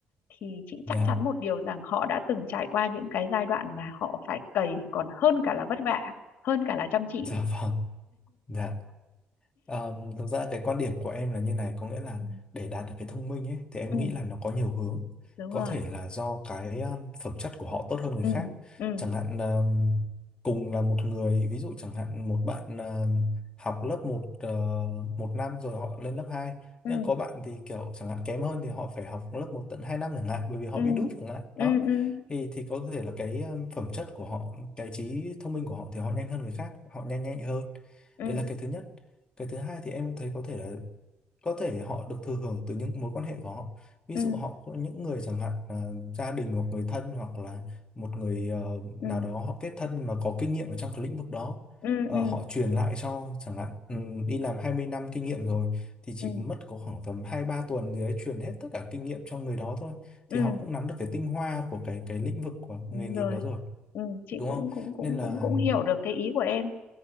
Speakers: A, on the left (about 75°); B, on the left (about 25°).
A: thì chị
B: dạ
A: chắc chắn một điều rằng họ đã từng trải qua những cái giai đoạn mà họ phải cày còn hơn cả là vất vả hơn cả là chăm chỉ
B: dạ vâng Dạ, Ờm, thực ra cái quan điểm của em là như này, có nghĩa là
A: ừ
B: để đạt được cái thông minh ấy, thì em
A: ừ,
B: nghĩ là nó có nhiều hướng.
A: đúng
B: Có
A: rồi
B: thể là do cái um, phẩm chất của họ tốt hơn người
A: ừ
B: khác.
A: ừ
B: Chẳng hạn um, cùng là một người, ví dụ chẳng hạn một bạn um, học lớp một ờ, một năm rồi họ lên lớp hai
A: ừ
B: nhưng có bạn thì kiểu chẳng hạn kém hơn thì họ phải học lớp một tận 2 năm chẳng hạn, bởi vì họ
A: ừ
B: bị đút chẳng hạn.
A: ừ
B: Đó.
A: ừ
B: Thì, thì có thể là cái um, phẩm chất của họ, cái trí thông minh của họ thì họ nhanh hơn người khác, họ nhanh nhạy hơn
A: ừ
B: đấy là cái thứ nhất cái thứ hai thì em thấy có thể là có thể họ được thừa hưởng từ những mối quan hệ của họ ví
A: ừ
B: dụ họ có những người chẳng hạn là gia đình hoặc người thân hoặc là một người ờ,
A: ừ
B: nào đó họ kết thân mà có kinh nghiệm ở trong cái lĩnh vực đó
A: ừ
B: Ờ,
A: ừ
B: họ truyền lại cho chẳng hạn ừm, đi làm 20 năm kinh nghiệm rồi thì chỉ
A: ừ
B: mất có khoảng tầm 2 3 tuần gì đấy truyền hết tất cả kinh nghiệm cho người đó thôi
A: ừ
B: thì họ cũng nắm được cái tinh hoa của cái cái lĩnh vực của
A: đúng
B: nghề nghiệp
A: rồi
B: đó rồi
A: ừ, chị
B: đúng
A: cũng
B: không
A: cũng cũng
B: nên là
A: cũng cũng hiểu được cái ý của em